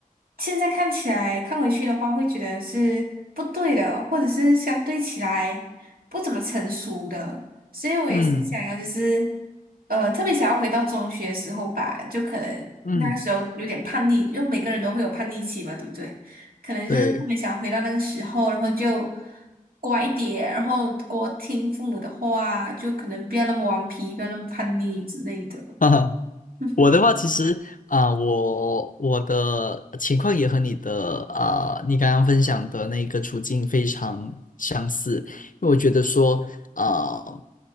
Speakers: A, on the right; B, on the left.
A: 现在看起来看回去的话，会觉得是不对的，或者是相对起来不怎么成熟的，所以我也是想要，
B: 嗯
A: 就是呃，特别想要回到中学的时候吧，就可能那个时候有点叛逆，
B: 嗯，
A: 因为每个人都会有叛逆期嘛，对不对？可能就是特别想回到那个时候，
B: 对，
A: 然后就乖一点，然后多听父母的话，就可能不要那么顽皮，不要那么叛逆之类的。
B: <laughs> 哈哈。
A: <laughs>
B: 我的话，其实啊、我我的情况也和你的啊、你刚刚分享的那个处境非常相似，因为我觉得说，啊，